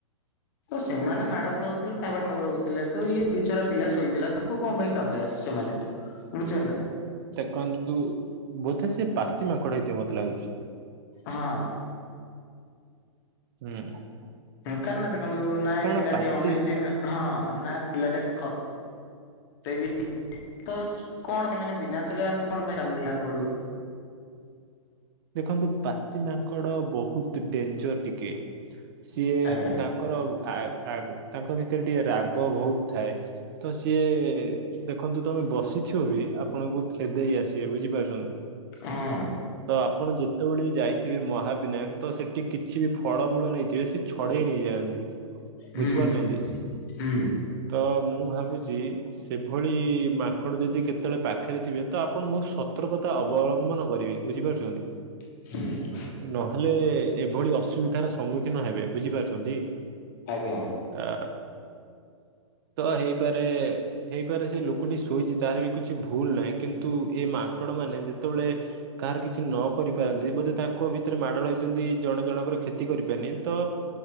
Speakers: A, on the left (about 40°); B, on the right (about 45°).
A: ତ ସେମାନେ ମାଡ ଗୋଳ ହଉଥିଲ କବାଟ ମଗୁଲ ହଉଥିଲେ ତ ଇଏ ବିଚରା ପିଲା ଶୋଇଥିଲା ତାକୁ କଣ ପାଇଁ କାମୁଡ ଆସିଛି ସେମାନେ ବୁଝିଛଛନ୍ତି ନା?
B: ତାଙ୍କତୁ ବୋଧେ ସେ ପାତି ମାଙ୍କଡ ହେଇଥିବ ମତେ ଲାଗୁଛି।
A: ହଁ।
B: ହୁଁ।
A: <unintelligible> ନାଇଁ
B: କାରଣ
A: ପିଲାଟି
B: ପାତି
A: ଅନେଇଛି ହଁ ନା ପିଲାଟା ଖ <unintelligible> ତ କଣପାଇଁ ମାନେ ବିନାରେ ଦୋଷରେ ଆକୁ କଣପାଇଁ କାମୁଡିଲା ଗୋଡକୁ?
B: ଦେଖନ୍ତୁ ପାତି ମାଙ୍କଡ ବହୁତ ଡେଞ୍ଜର ଟିକେ ସିଏ
A: ଆଜ୍ଞା
B: ତା ତାଙ୍କର ଆଗ୍ ଆଗ୍ ତାଙ୍କ ଭିତରେ ଟିକେ ରାଗ ବହୁତ ଥାଏ ତ ସିଏ ଦେଖନ୍ତୁ ତମେ ବସିଥିବ ବି ଆପଣଙ୍କୁ ଖେଦେଇ ଆସିବେ ବୁଝିପାରୁଛନ୍ତି?
A: ହଁ।
B: ତ ଆପଣ ଯେତେବେଳେ ବି ଯାଇଥିବେ ମହାବିନାୟକ ତ ସେଠି କିଛି ବି ଫଳମୂଳ ନେଇଥିବେ ସେ ଛଡେଇ ନେଇଯାଆନ୍ତି
A: ହୁଁ
B: ବୁଝିପାରୁଛନ୍ତି?
A: ହୁଁ
B: ତ ମୁଁ ଭାବୁଛି ସେଭଳି ମାଙ୍କଡ ଯଦି କେ ଯେତେଳେ ପାଖରେ ଥିବେ ତ ଆପଣ ବହୁତ ସତର୍କତା ଅବଲମ୍ବନ କରିବେ ବୁଝିପାରୁଛନ୍ତି?
A: ହୁଁ।
B: ନହେଲେ ଏଭଳି ଅସୁବିଧାର ସମ୍ମୁଖୀନ ହେବେ ବୁଝିପାରୁଛନ୍ତି?
A: ଆଜ୍ଞା।
B: ଆ ତ ହେଇପାରେ ହେଇପାରେ ସେ ଲୋକଟି ଶୋଇଛି ତାର ବି କିଛି ଭୁଲ ନାହିଁ କିନ୍ତୁ ଏ ମାଙ୍କଡ ମାନେ ଯେତେବେଳେ କାହାର କିଛି ନ କରିପାରନ୍ତି ବୋଧେ ତାଙ୍କ ଭିତରେ ମାଡ ହଲାଗିଛନ୍ତି ଜଣେ ଜଣଙ୍କର କ୍ଷତି କରିପାରନି। ତ